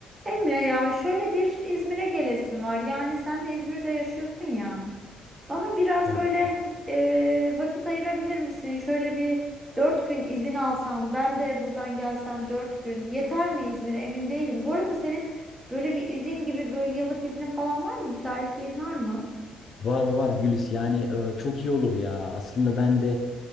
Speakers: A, on the right; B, on the left.
A: Emre ya şöyle bir İzmir'e gelesim var. Yani sen de İzmir'de yaşıyorsun ya. Bana biraz
B: Evet.
A: böyle e, vakit ayırabilir misin? Şöyle bir dört gün izin alsan, ben de buradan gelsem dört gün yeter mi İzmir'e? Emin değilim. Bu arada senin böyle bir izin gibi böyle yıllık iznin falan var mı? Müsaitliğin var mı?
B: Var var Gülis yani e, çok iyi olur ya. Aslında ben de